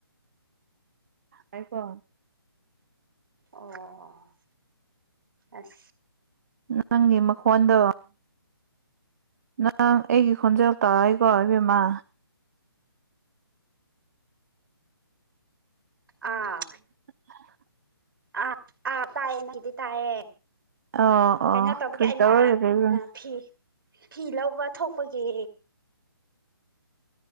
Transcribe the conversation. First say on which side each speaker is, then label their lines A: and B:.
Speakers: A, on the right; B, on the right.
A: ꯑꯩꯀꯣ
B: ꯑꯣ ꯑꯁ
A: ꯅꯪꯒꯤ ꯃꯈꯣꯟꯗꯣ ꯅꯪ ꯑꯩꯒꯤ ꯈꯣꯟꯖꯦꯜ ꯇꯥꯏ ꯀꯣ ꯏꯕꯦꯝꯃꯥ
B: ꯑꯥ
A: ꯍ
B: ꯑꯥ ꯑꯥ ꯇꯥꯏꯌꯦ ꯅꯪꯗꯤ ꯇꯥꯏꯌꯦ
A: ꯑꯣ ꯑꯣ
B: ꯀꯩꯅꯣ ꯇꯧꯕꯒꯤ
A: ꯀꯔꯤ
B: ꯑꯩꯅ
A: ꯇꯧꯔꯒ ꯂꯩꯕ꯭ꯔꯥ
B: ꯐꯤ ꯐꯤ ꯂꯧꯕ ꯊꯣꯛꯄꯒꯤ